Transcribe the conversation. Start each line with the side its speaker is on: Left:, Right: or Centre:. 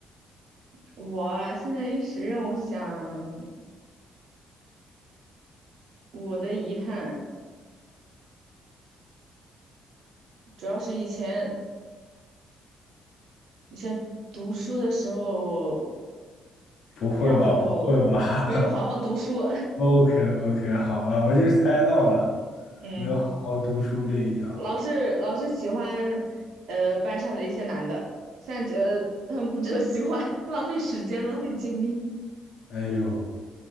Right: 我现在一时让我想，我的遗憾主要是以前以前读书的时候，
Left: 不会吧，
Right: 然后没有好好读书，
Left: 不会吧 <laughs>
Right: <laughs>
Left: ？OK OK，好吧，我就猜到了，
Right: 嗯。
Left: 没有好好读书这一条。
Right: 老是老是喜欢呃班上的一些男的，现在觉得他们不值得喜欢，<laughs> 浪费时间，浪费精力。
Left: 哎呦，